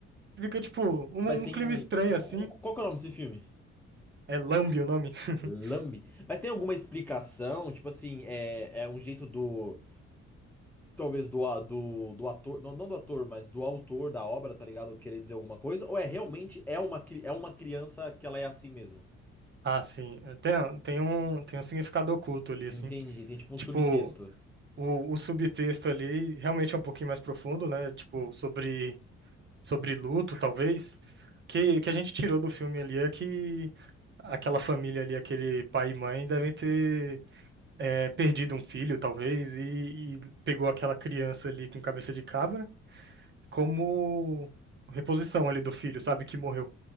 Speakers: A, on the right; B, in the centre.
A: Fica, tipo, um
B: Mas tem.
A: um clima estranho
B: Qual,
A: assim.
B: qual que é o nome desse filme?
A: É Lambe o nome? <laughs>
B: Lambe. Mas tem alguma explicação? Tipo assim, é, é um jeito do. Talvez do, a- do, do ator. Não, não do ator, mas do autor da obra, tá ligado? Querer dizer alguma coisa? Ou é realmente é uma, cri- é uma criança que ela é assim mesmo?
A: Ah, sim. É, Tem, tem um, tem um significado oculto ali, assim.
B: Entendi. Tem tipo um
A: Tipo,
B: subtexto.
A: o, o subtexto ali realmente é um pouquinho mais profundo, né? Tipo, sobre, sobre luto, talvez. Que, que a gente tirou do filme ali é que aquela família ali, aquele pai e mãe, devem ter é, perdido um filho, talvez, e, e pegou aquela criança ali com cabeça de cabra como reposição ali do filho, sabe? Que morreu.